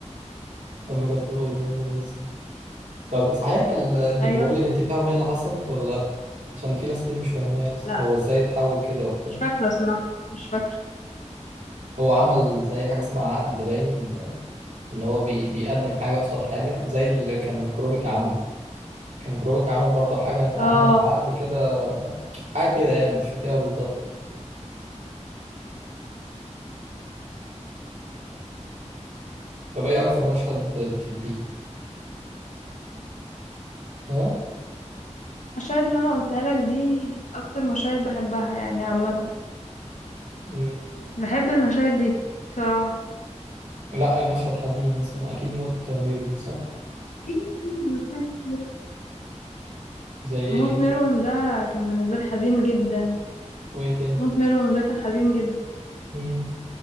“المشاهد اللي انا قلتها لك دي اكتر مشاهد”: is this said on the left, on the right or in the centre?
Left